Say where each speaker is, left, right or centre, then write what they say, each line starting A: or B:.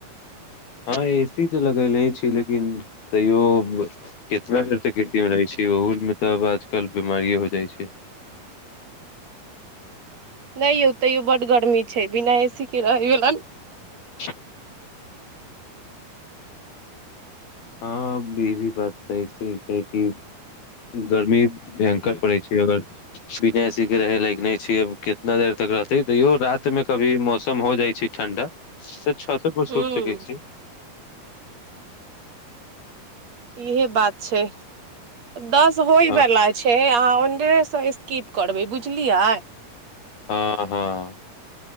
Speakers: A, on the left (about 65°); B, on the right (about 40°).
A: हँ ए सी तऽ लगेले छी लेकिन तैयो केतब कर सकीमे रहै छै ओहोमेलब आजकल बीमारीए हो जाइ छै
B: नहि यौ तैयो बड गर्मी छै बिना एसी के रहै गेलन
A: <unintelligible> हँ ई भी बात सही ठ छै कि गर्मी भयं्कर पड़ै छी अगर बिना सी के रहे लाग के नहि छै कितना देर तक रहते तैयो रात मे कभी मौसम हो जाइ छै ठण्डा छास पर
B: हूँ
A: सोल सकै छी
B: इहे बात छै दस होय
A: हँ
B: वलाा छै आ पन्द्रह सए स्किप करबै बुझलियै
A: हँ हँ